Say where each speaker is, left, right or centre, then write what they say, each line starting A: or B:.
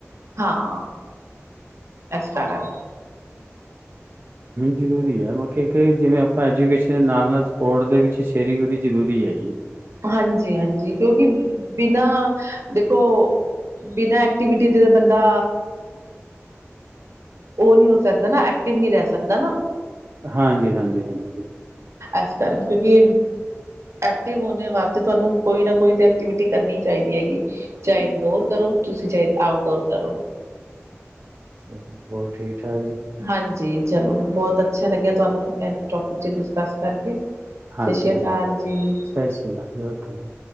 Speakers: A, on the right; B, on the right.
A: ਹਾਂ ਇਸ ਕਾਰਨ
B: ਜ਼ਰੂਰੀ ਹੈ ਮਤਲਬ ਇੱਕ ਜਿਵੇਂ ਆਪਾਂ ਐਜੂਕੇਸ਼ਨ ਦੇ ਨਾਲ- ਨਾਲ ਸਪੋਰਟਸ ਦੇ ਵਿੱਚ ਸ਼ੇਅਰਿੰਗ ਉਹਦੀ ਜ਼ਰੂਰੀ ਹੈ ਜੀ।
A: ਹਾਂਜੀ -ਹਾਂਜੀ ਕਿਉਂਕਿ ਬਿਨਾਂ ਦੇਖੋ। ਬਿਨਾਂ ਐਕਟੀਵਿਟੀ ਦੇ ਤੇ ਬੰਦਾ ਉਹ ਨਹੀਂ ਹੋ ਸਕਦਾ ਨਾ ਐਕਟਿਵ ਨਹੀਂ ਰਹਿ ਸਕਦਾ ਨਾ।
B: ਹਾਂਜੀ- ਹਾਂਜੀ -ਹਾਂਜੀ ਬਿਲੁ
A: ਇਸ ਕਾਰਨ ਕਿਉਂਕਿ ਐਕਟਿਵ ਹੋਣੇ ਵਾਸਤੇ ਤੁਹਾਨੂੰ ਕੋਈ ਨਾ ਕੋਈ ਤਾਂ ਐਕਟੀਵਿਟੀ ਕਰਨੀ ਚਾਹੀਦੀ ਹੈਗੀ। ਚਾਹੇ ਇੰਡੋਰ ਕਰੋ ਤੁਸੀਂ ਚਾਹੇ ਆਊਟਡੋਰ ਕਰੋ।
B: ਚਲੋ ਹੋਰ ਠੀਕ ਠਾਕ ਜੀ।
A: ਹਾਂਜੀ ਚਲੋ ਬਹੁਤ ਅੱਛਾ ਲੱਗਿਆ ਤੁਹਾਨੂੰ ਟੋਪਿਕ 'ਚ ਡਿਸਕਸ ਕਰਕੇ
B: ਹਾਂਜੀ-
A: ਸਤਿ ਸ਼੍ਰੀ
B: ਹਾਂਜੀ
A: ਅਕਾਲ
B: ਬਿਲਕੁਲ
A: ਜੀ
B: ਸਤਿ ਸ਼੍ਰੀ ਅਕਾਲ ਜੀ ਓਕੇ ਜੀ।